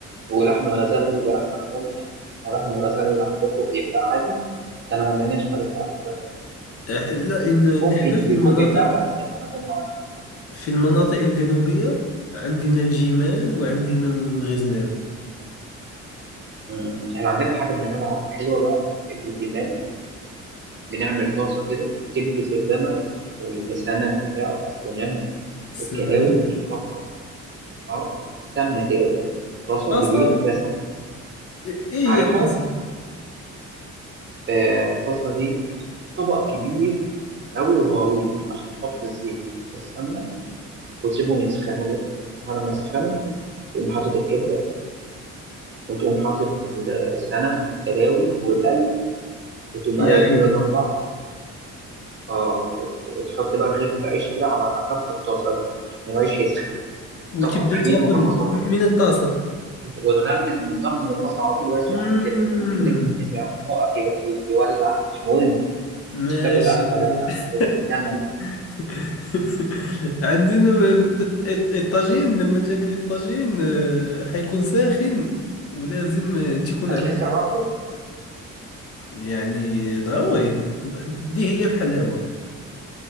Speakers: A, on the right (about 40°); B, on the left (about 50°).
A: ولحم الغزال ده بيبقى لحم غزال يعني هو لحم الغزال اللي عندكم بيتباع عادي بس أنا ما عندناش حاجة اسمها لحم غزال
B: آه، لا إن
A: ممكن
B: نحن في
A: بيكون
B: المناطق
A: بيتباع بس الأماكن ما
B: في المناطق الجنوبية عندنا الجمال وعندنا الغزلان
A: مم. إحنا عندنا حاجة بنعملها حلوة بقى في الجمال بنعمل طاسة كده كبدة الجمل والسنم بتاعه السنام
B: السنة
A: والكلاوي بنحطها في طاسة اه سمنه كده بقى. طاسه
B: طاسة
A: كبيره فيها سمنه
B: إيه
A: عارفها
B: هي طاسة
A: آه، الطاسه دي طبق كبير قوي وغويط عشان تحط الزيت والسمنه وتسيبهم يسخنوا بقى على ما يسخنوا تقوم حاطط الكبده وتقوم حاطط السمن والكلاوي والقلب وتقوم
B: يا
A: قايل
B: عيني
A: كل ده في بعض اه وت- وتحط بقى رغيفه عيش كده على طرف الطاسه دي عشان العيش يسخن
B: وتبدأ
A: طبق طحينه
B: تاكل
A: وطبق سلطه
B: من الطاسة
A: وت- وتغمز وتغمز من الطاسه على طول وهي سخنه
B: مم.
A: كده يعني انت ممكن ايديك تتلسع بقك يو- يولع مش مهم
B: ماشي
A: تاكل أحلى
B: ماشي
A: بقى حاجة جمل
B: <laughs> عندنا م- الط- الط- الطاجين لما تاكل الطاجين آه، حيكون ساخن ولازم آه، تكون
A: هتلسع
B: عندك
A: برضه
B: يعني ضروري د- دي هي الحلاوة